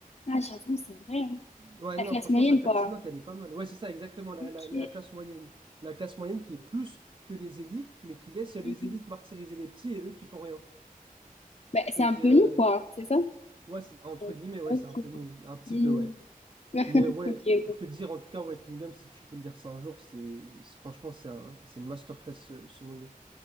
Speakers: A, on the left; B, on the right.
A: Ah, j'avoue, c'est vrai, hein.
B: Ouais,
A: La
B: non,
A: classe
B: franchement,
A: moyenne,
B: sa pertinente,
A: quoi.
B: elle est pas mal. Ouais, c'est ça, exactement, la,
A: Ok.
B: la- la classe moyenne. La classe moyenne qui est plus que les élites, mais qui laisse les
A: Mhm.
B: élites martyriser les petits et eux qui font rien.
A: Bah, c'est
B: Et
A: un peu
B: euh,
A: nous, quoi, hein, c'est ça?
B: ouais, c'est- entre
A: Oui.
B: guillemets, ouais,
A: Ok.
B: c'est un peu nous, un petit
A: Mhm.
B: peu, ouais.
A: <laughs>
B: Mais ouais, pour te dire, en tout cas, ouais, Kingdom, si tu peux lire ça un jour, c'est c'est- franchement, c'est un, c'est une masterclass, ce, ce manga.